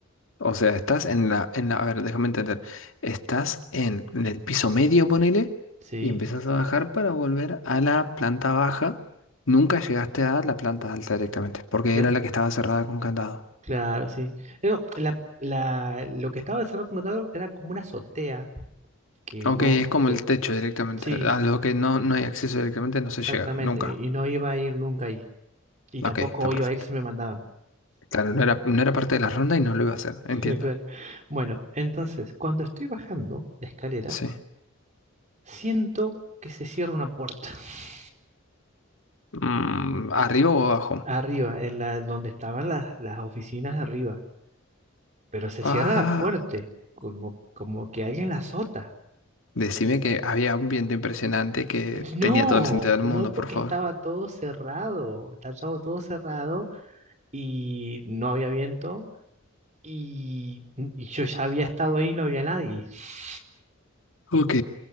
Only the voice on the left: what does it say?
O sea, estás en la, en la, a ver, déjame entender.
Estás en, en el piso medio, ponele,
y empezás a bajar para volver a la planta baja. Nunca llegaste a la planta alta directamente, porque
era la que estaba cerrada con candado.
Ok,
es como
el techo directamente.
A lo que no, no hay acceso directamente no se
llega, nunca.
Ok,
está perfecto.
Claro, no era, no era parte de la ronda y no lo iba a hacer, entiendo.
Sí.
Mm, ¿arriba o abajo?
Ah.
Decime que había un viento impresionante que
tenía todo el sentido del
mundo,
por favor.
Ok,